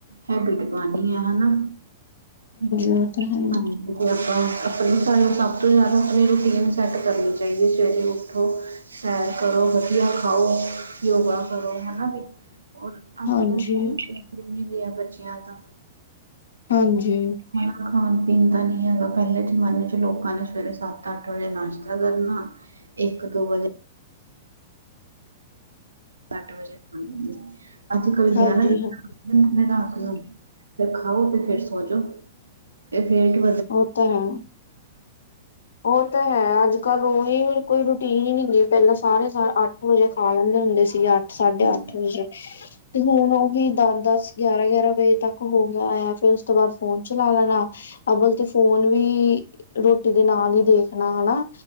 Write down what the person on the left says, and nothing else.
ਉਹ ਤਾਂ ਹੈ।
ਹਾਂਜੀ,
ਹਾਂਜੀ।
ਹਾਂਜੀ,
ਹਾਂ
ਉਹ ਤਾਂ ਹੈ। ਉਹ ਤਾਂ ਹੈ ਅੱਜ ਕੱਲ੍ਹ ਉਈ ਕੋਈ ਰੂਟੀਨ ਨੀ ਹੈਗੀ ਪਹਿਲਾ ਸਾਰੇ ਸ ਅੱਠ ਵਜੇ ਖਾ ਲੈਂਦੇ ਹੁੰਦੇ ਸੀ ਅ ਸਾਢੇ
ਅੱਠ ਵਜੇ, ਤੇ ਹੁਣ ਉਹੀ ਦਸ-ਦਸ ਗਿਆਰਾ-ਗਿਆਰਾ ਵਜੇ ਤੱਕ ਹੋ ਗਿਆ ਆ ਫੇਰ ਉਸ ਤੋਂ ਬਾਅਦ ਫੋਨ ਚਲਾ ਲੈਣਾ। ਅਬਲ ਤੇ ਫੋਨ ਵੀ, ਰੋਟੀ ਦੇ ਨਾਲ ਈ ਦੇਖਣਾ ਹਨਾ,